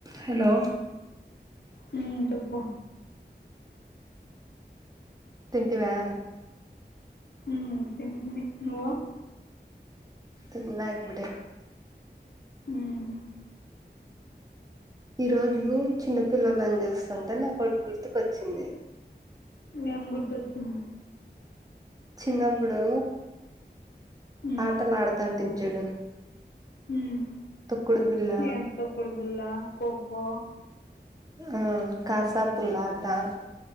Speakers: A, on the right; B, on the left.
A: Hello
B: మ్ చెప్పు
A: తింటివా
B: మ్ తింటుంది నువ్
A: తిన్న ఇప్పుడే
B: ఉమ్
A: ఈ రోజు చిన్న పిల్లలని చేస్తుంటే నాకు ఒకటి గుర్తుకొచ్చింది
B: ఏం గుర్తుకువచ్చింది
A: చిన్నప్పుడు
B: ఉమ్
A: ఆటలు ఆడుతాంటిమి చూడు
B: మ్
A: తొక్కుడు బిళ్ళ
B: ఏం తొక్కుడుబిల్లా ఖోఖో
A: ఆ కాసాపుల్లా ఆటా